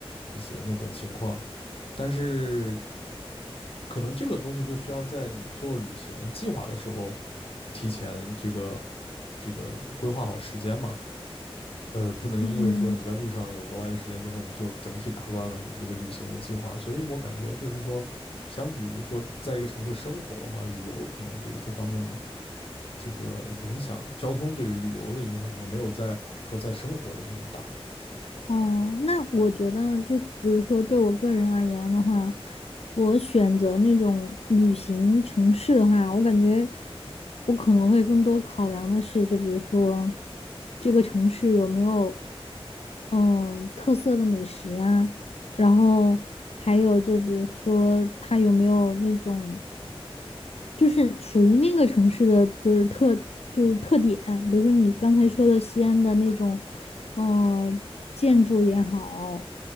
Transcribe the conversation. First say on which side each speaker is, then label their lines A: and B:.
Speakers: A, on the left; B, on the left.
A: 一些那个情况。但是可能这个东西就需要在你做旅行计划的时候，提前这个这个规划好时间嘛。呃，不能因为说你在路上有额外的时间之后，
B: 嗯
A: 你就整体打乱了你这个旅行的计划。所以我感觉就是说，相比于说在一个城市生活的话，旅游可能对于这方面呢，这个影响，交通对于旅游的影响可能没有在说在生活里那么大。
B: 哦，那我觉得，就比如说对我个人而言的话，我选择那种旅行城市的话，我感觉我可能会更多考量的是，就比如说这个城市有没有嗯特色的美食啊，然后还有就比如说它有没有那种就是属于那个城市的，就是特就是特点，比如说你刚才说的西安的那种，嗯，建筑也好，